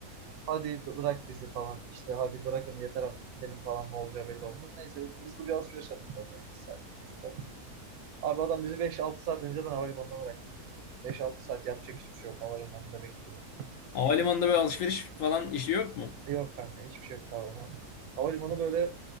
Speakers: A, on the right; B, on the left.
A: Hadi bırak bizi falan işte hadi bırakın yeter artık gidelim falan ne olacağı belli olmaz. Neyse hızlı bir alışveriş yaptık orada 2 saat, 3 saat. Abi adam bizi beş altı saat önceden havalimanına bıraktı. Beş altı saat yapacak hiçbir şey yok. Havalimanında bekliyoruz.
B: Havalimanında böyle alışveriş falan işi yok mu?
A: E yok kanka hiçbir şey yok havalimanında. Havalimanı böyle